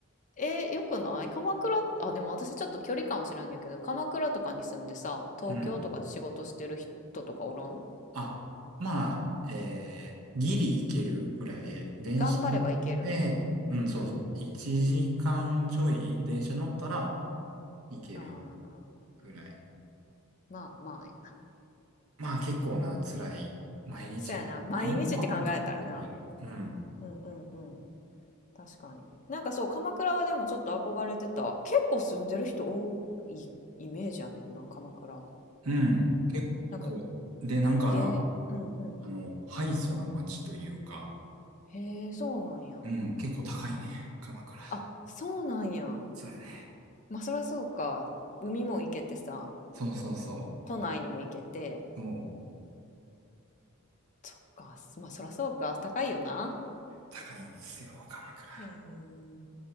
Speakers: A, on the left; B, on the right.
A: えー、よくない鎌倉、あ、でも私ちょっと距離感は知らんやけど、鎌倉とかに住んでさ、東京とかで仕事してる人とかおらん
B: うん。あ、まあ、えー、ギリ行けるぐらい、えー、電車
A: 頑張ればいけるんや。
B: で、うん、そうそう、
A: うん。
B: 1時間ちょい電車乗ったら行ける
A: ああ、
B: ぐらい。
A: まあまあやな。
B: まあ結構な、辛い毎日や。
A: そやな、毎日って考えたらな。
B: まあ今は、だけど、うん、
A: うんうんうん。確かに。なんかそう、鎌倉はでもちょっと憧れてた。結構住んでる人多いイメージやねんな、鎌倉。
B: うん、結構、
A: なんか、
B: で、なんかな、
A: げ、うんうん。
B: あの、敗訴な街というか、
A: へえ、そうなんや。
B: うん、結構高いね、鎌倉。
A: あ、そうなんや。
B: そうやね。
A: まあそらそうか。海も行けてさ。
B: そうそうそ
A: 都内にも行けて、
B: う。そう、
A: そっか、まあそらそうか、高いよな。
B: 高いんですよ、鎌倉。
A: へえ。